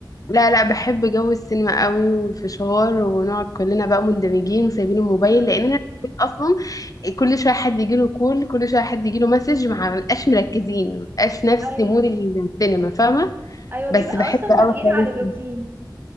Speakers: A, on the left (about 50°); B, on the right (about 25°).
A: لا لا بحب جو السينما قوي والفشار ونقعد كلنا بقى مندمجين وسايبين الموبايل
B: امم
A: لان انا في البيت اصلا كل شويه حد يجي له كول كل شويه حد يجي له مسج ما بنبقاش مركزين ما بنبقاش نفس
B: ايوه
A: مود السينما فاهمه
B: ايوه
A: بس
B: بيبقى
A: بحب
B: اصلا
A: قوي
B: تغيير
A: حوار
B: عن
A: السينما.
B: الروتين